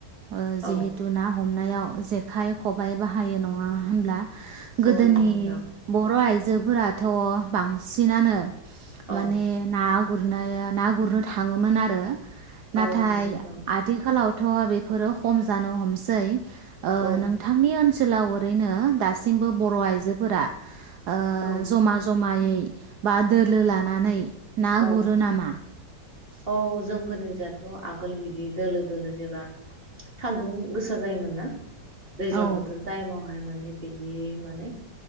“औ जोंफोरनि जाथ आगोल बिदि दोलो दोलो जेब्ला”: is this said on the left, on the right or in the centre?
Right